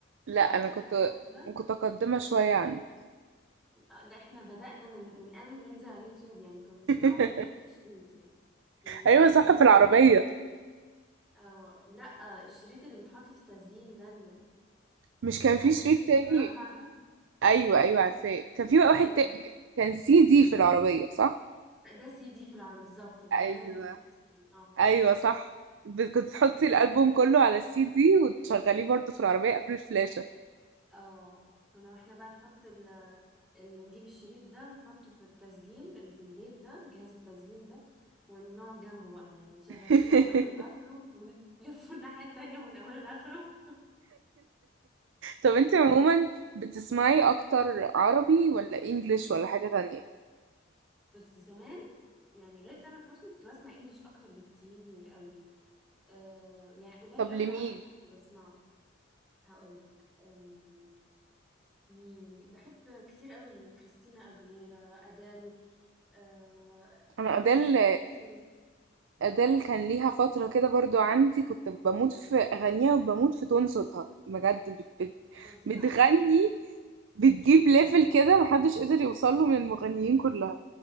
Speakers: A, on the right (about 60°); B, in the centre.
A: لا
B: عارفه
A: انا
B: فاكره
A: كنت
B: الحوار ده
A: كنت متقدمه شويه عنه
B: آه، لا احنا بدأنا من من قبل ما ينزل على اليوتيوب يعني كنا بنسمعه
A: <laughs>
B: من ايام الشريط يعني من من
A: ايوه
B: زمان
A: صح
B: قوي
A: في العربيه
B: اه لا آه، الشريط اللي بيتحط في التسجيل ده اللي...
A: مش كان في
B: عارفه
A: شريط
B: الشريط
A: تاني
B: المربع ده
A: ايوه ايوه عارفاه كان في بقى
B: هو
A: واحد
B: ده
A: تا... كان سي دي في العربيه صح
B: ده سي دي في العربية بالظبط العربية
A: ايوه
B: كانت بتحط سي دي اه
A: ايوه صح بت- كنت تحطي الالبوم كله على السي دي وتشغليه برضه في العربيه قبل الفلاشه
B: اه كنا احنا بقى نحط ال... اللي نجيب الشريط ده ونحطه في التسجيل اللي في البيت ده جهاز التسجيل ده ونقعد جنبه بقى يعني نشغل
A: <laughs>
B: شريط من اوله لاخره ونلفه <laughs> الناحية التانية من اوله لاخره
A: طب انت عموما بتسمعي اكتر عربي ولا انجليش ولا حاجه تانية
B: بس زمان يعني غير تامر حسني كنت بسمع انجليش اكتر بكتير قوي آه يعني قليل
A: طب
B: قوي
A: لمين
B: العربي اللي كنت بسمعه هقولك آم، مين بحب كتير قوي كريستينا اجوليرا ادال آه
A: انا
B: انريكي
A: ادل
B: إجليسياس
A: أديل كان ليها فترة كده برضو عندي كنت بموت في أغانيها وبموت في تون صوتها بجد بت بت
B: فظيعة
A: بتغني
B: أدل.
A: بتجيب ليفل كده محدش قدر يوصله من المغنيين كلها